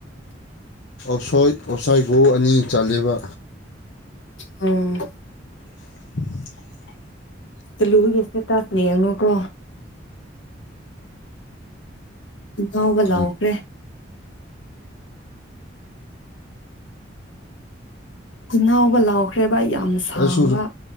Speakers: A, on the left; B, on the left.
A: ꯞꯁꯣꯏ ꯑꯞꯁꯥꯏ ꯒꯣ ꯑꯅꯤ ꯆꯥꯂꯕ
B: ꯎꯝ
A: <inaudible>
B: ꯇꯂꯨ ꯌꯦꯁꯦ ꯇꯅꯦ ꯌꯦꯡꯅꯨꯀꯣ ꯑꯅꯥꯕ
A: ꯀꯔꯤ
B: ꯂꯥꯎꯈ꯭ꯔꯦ ꯏꯅꯥꯎ ꯂ ꯑꯣꯈꯔꯦ ꯚꯩ ꯌꯥꯝ ꯁꯥꯡꯕ
A: ꯑꯩꯁꯨ